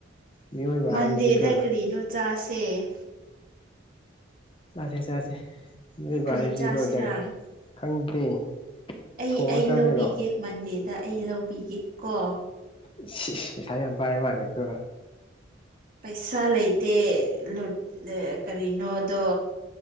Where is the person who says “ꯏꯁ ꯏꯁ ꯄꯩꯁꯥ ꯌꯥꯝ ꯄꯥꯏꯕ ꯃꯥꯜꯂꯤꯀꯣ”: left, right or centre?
Left